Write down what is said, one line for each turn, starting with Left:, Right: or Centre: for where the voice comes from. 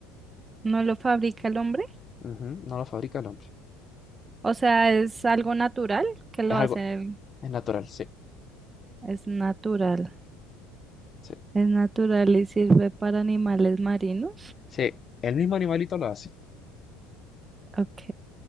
Right: ¿No lo fabrica el hombre?
Left: Ujú, No lo fabrica el hombre.
Right: O sea, es algo natural que lo
Left: Es
Right: hacen.
Left: algo, es natural, sí,
Right: Es natural.
Left: sí.
Right: Es natural y sirve para animales marinos.
Left: Sí, el mismo animalito lo hace.
Right: Ok.